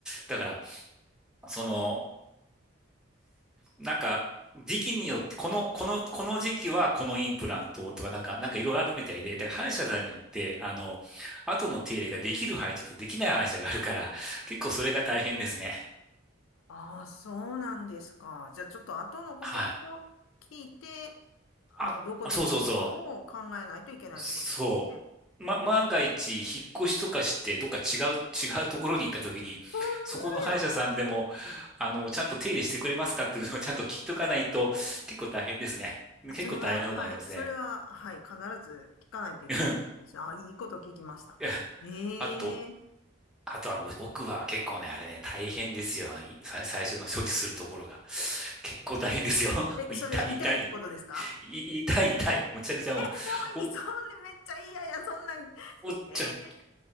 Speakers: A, in the centre; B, on the left.
A: だから、その、なんか、時期によって、この、この、この時期はこのインプラントとか、なんか、なんかいろいろあるみたいで、だから歯医者さんによって、あの、後の手入れができる歯医者とできない歯医者があるから、結構それが大変ですね。
B: ああ、そうなんですか。じゃあちょっと後のことを聞いて、
A: はい。
B: あの、
A: あ、
B: どこでするかを考えないといけないってことですよね。
A: あそうそうそう。そう。ま、万が一、引っ越しとかして、どっか違う、違うところに行った時に、
B: ほんま
A: そこの歯医者さんでも、
B: や。
A: あの、ちゃんと手入れしてくれますかっていうのをちゃんと聞いとかないと、結構大変ですね。結構大変なことになりますね。
B: あ、それは、はい。それは、はい。必ず聞かないといけないですね。
A: <laughs> うん
B: あ、いいこと聞きました。
A: いや
B: ええ
A: あと、あとあの、奥歯は結構ね、あれね、大変ですよ。あの、い最最初の処置するところが。結構大変ですよ。<laughs>
B: え、
A: 痛い、
B: それは痛いってことですか
A: 痛い、い痛い、痛い。むちゃくちゃもう、
B: <laughs> え、
A: お、
B: もういい。<laughs> そんでめっちゃ嫌や、そんなん。
A: おっちゃん
B: ええ